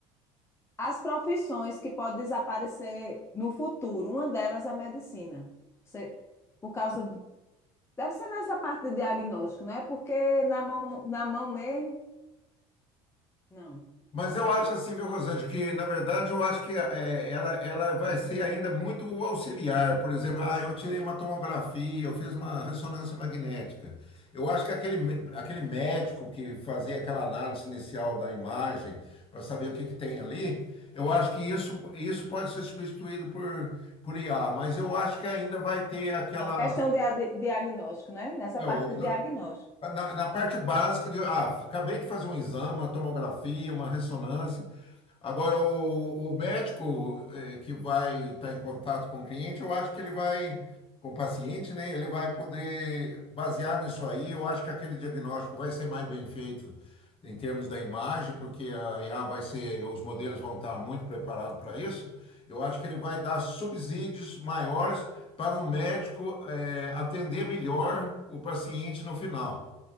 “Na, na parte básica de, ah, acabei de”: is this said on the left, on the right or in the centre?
Left